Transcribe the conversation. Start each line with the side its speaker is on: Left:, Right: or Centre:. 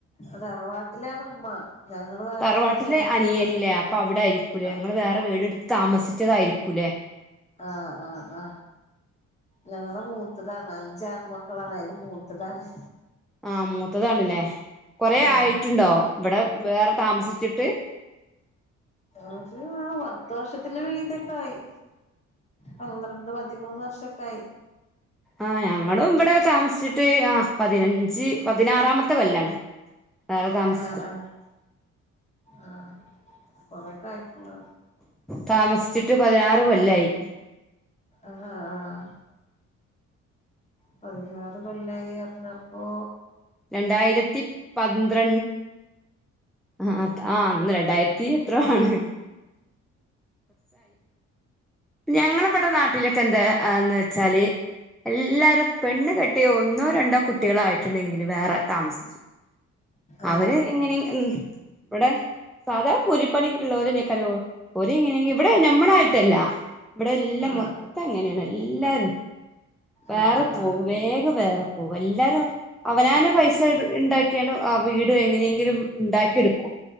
Left: അത് അറവാട്ടിലാണ് ഉമ്മ ഞങ്ങള് വേറെ
Centre: തറവാട്ടിലെ
Left: വീട് വെച്ച് ഞങ്ങള്
Centre: അനിയനില്ലേ
Left: മൂത്ത
Centre: അപ്പൊ അവിടെ ആയിരിക്കൂലേ
Left: ആഹ്
Centre: നിങ്ങള് വേറെ വീടെടുത്ത് താമസിച്ചതായിരിക്കൂല്ലേ
Left: ആ ആ ആ ഞങ്ങള മൂത്തതാണ് അചാൺ മക്കളാണ് അതില് മൂത്തതാണ്
Centre: ആ മൂത്തതണല്ലേ കൊറെ
Left: ആഹ്
Centre: ആയിട്ടുണ്ടോ ഇവിടെ വേറെ താമസിച്ചിട്ട്
Left: ഒരു പത്ത് വർഷത്തിന് മീതെക്കെ ആയി പന്ത്രണ്ട് പതിമൂന്ന് വർഷൊക്കെ ആയി
Centre: ആഹ് ഞങ്ങളും ഇവിടെ താമസിച്ചിട്ട് ആഹ് പതിനഞ്ച് പതിനാറാമത്തെ കൊല്ലാണ് വേറെ താമസിച്ചി
Left: ആഹ് ആഹ് ആഹ് കൊറേക്കെ ആയിട്ടുണ്ട്
Centre: താമസിച്ചിട്ട് പതിനാറ് കൊല്ലായി.
Left: ആഹ് പതിനാറ് കൊല്ലായി അറിഞ്ഞപ്പോ
Centre: രണ്ടായിരത്തി പന്ത്ര ആഹ് ആഹ് രണ്ടായിരത്തി എത്രോ ആണ്. ഞങ്ങളിവിടെ നാട്ടിലൊക്കെ എന്താന്ന് വെച്ചാല് എല്ലാരും പെണ്ണ് കെ ട്ടിയോ ഒന്നോ രണ്ടോ കുട്ടികളായിട്ടെണ്ടെങ്കില് വേറെ താമസിക്കും.
Left: ആഹ്
Centre: അവര് എങ്ങനെ ഉം ഇവിടെ സാധാ കൂലിപ്പണി ഇള്ളോര് നിക്കരോ ഓരെ എങ്ങനെയെങ്കിലും ഇവിടെ ഞമ്മളായിട്ടല്ല. ഇവിടെ എല്ലാം
Left: ആഹ്
Centre: മൊത്തം അങ്ങനേണ് എല്ലാരും. വേറെ
Left: ആഹ് ആഹ്
Centre: പോകും വേഗം വേറെ പോകും എല്ലാരും അവനാന പൈസട് ഇണ്ടാ ക്കിയാണ് ആ വീട് എങ്ങനെയെങ്കിലും ഇണ്ടാക്കി എടുക്കും.